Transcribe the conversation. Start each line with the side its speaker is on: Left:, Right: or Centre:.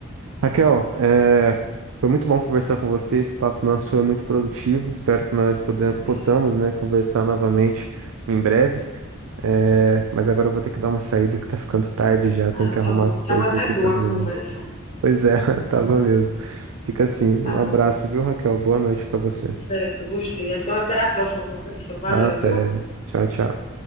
Right: Raquel, é, foi muito bom conversar com você. Esse papo nosso foi muito produtivo. Espero que nós podem-
Left: sim.
Right: possamos, né, conversar novamente em breve. É, mas agora eu vou ter que dar uma saída que tá ficando tarde já. Tenho
Left: Ah,
Right: que arrumar
Left: tá bom.
Right: as
Left: Estava
Right: coisas
Left: até
Right: aqui
Left: boa
Right: pra dormir.
Left: a conversa.
Right: Pois é, <laughs> tava mesmo. Fica assim. Um
Left: Tá bom.
Right: abraço, viu, Raquel? Boa noite pra você.
Left: Certo, gostei. Então, até a próxima conversa. Valeu,
Right: Até.
Left: viu?
Right: Tchau, tchau.